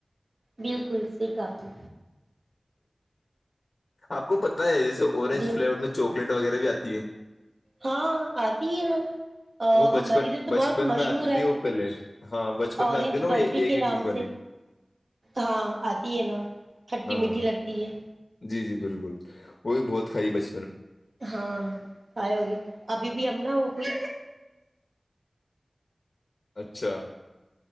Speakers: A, on the right; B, on the left.
A: بالکل س کاپل
B: آپ کو پت ہے اس اوررینج
A: جی
B: فلیور میں چاکلیٹ وغیرہ بھی آتی ہے
A: ہاں آتی ہے نا ا
B: وہ بچپن
A: ہماری ادھر تو
B: بچپن
A: بہت مشہور
B: میں آتی تھی
A: ہے
B: وہ پہلے ہاں بچپن
A: اورینج
B: میں آتی تھی نا وہ
A: برفی
B: ایک
A: کے
B: ایک
A: نام
B: روپے والی
A: سے ہاں آتی ہے نا کھٹی
B: ہاں ہاں
A: میٹھی لگتی ہے
B: جی جی بالکل وہ بھی بہت کھائی بچ
A: ہاں کھائے ہوگی ابھی بھی ہم نہ ہو کوئی
B: اچھا